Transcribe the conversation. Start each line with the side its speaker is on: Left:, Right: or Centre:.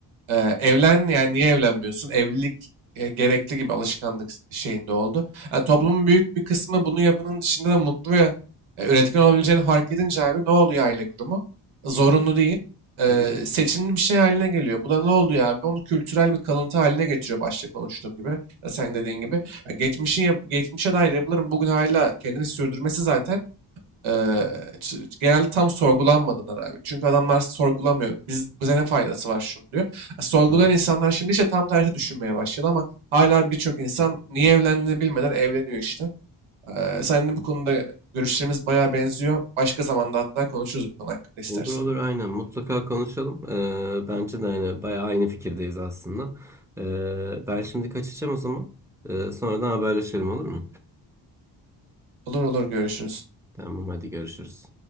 Right: Ee, evlen yani niye evlenmiyorsun? Evlilik e, gerekli gibi alışkanlık şeyinde oldu. Yani toplumun büyük bir kısmı bunu yapının dışında da mutlu ve e, üretken olabileceğini fark edince abi ne oluyor aile kurumu? Zorunlu değil. Ee,
Centre: Hı hı.
Right: seçimli bir şey haline geliyor. Bu da ne oluyor abi? Onu kültürel bir kalıntı haline getiriyor başta konuştuğum gibi. Ya sen dediğin gibi. Ya geçmişin yap- geçmişe dair yapıların bugün hala kendini sürdürmesi zaten Eee, ç- genelde tam sorgulanmadığından abi. Çünkü adamlar sorgulamıyor. Biz, bize ne faydası var şunu diyor. E, Sorgulayan
Centre: hı.
Right: insanlar şimdi işte tam tersi düşünmeye başladı ama hala birçok insan niye evlendiğini bilmeden evleniyor işte. Eee seninle bu konuda görüşlerimiz bayağı benziyor. Başka zamanda hatta konuşuruz bu konu hakkında istersen.
Centre: Olur olur aynen mutlaka konuşalım. Ee, bence de hani bayağı aynı fikirdeyiz aslında. Ee, ben şimdi kaçacağım o zaman. Ee, sonradan haberleşelim olur mu?
Right: Olur olur görüşürüz.
Centre: Tamam hadi görüşürüz.